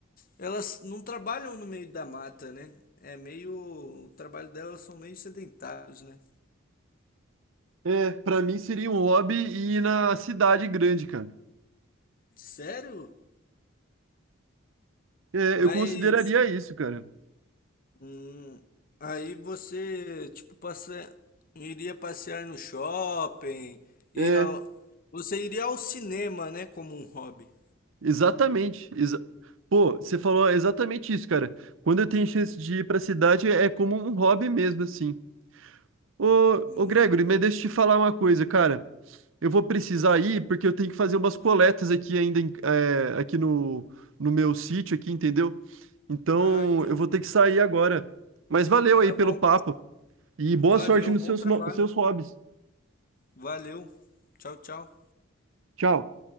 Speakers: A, on the left; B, on the right.
A: Elas não trabalham no meio da mata, né? É meio. O trabalho delas são meio sedentários, né?
B: É, pra mim seria um hobby ir na cidade grande, cara.
A: Sério?
B: É,
A: Mas.
B: eu consideraria isso, cara.
A: hum, aí você, tipo, passa iria passear no shopping, ir
B: É,
A: ao. Você iria ao cinema, né? Como um hobby.
B: Exatamente. exa- Pô, você falou exatamente isso, cara. Quando eu tenho chance de ir pra cidade, é como um hobby mesmo, assim. Ô,
A: Hum,
B: ô Gregory, mas deixa eu te falar uma coisa, cara. Eu vou precisar ir porque eu tenho que fazer umas coletas aqui ainda, em- é, aqui no, no meu sítio aqui, entendeu? Então,
A: Ah, entendi.
B: eu vou ter que sair agora. Mas valeu
A: Tá
B: aí pelo
A: bom.
B: papo e boa
A: Valeu,
B: sorte nos
A: bom
B: seus,
A: trabalho.
B: no- seus hobbies.
A: Valeu. Tchau, tchau.
B: Tchau.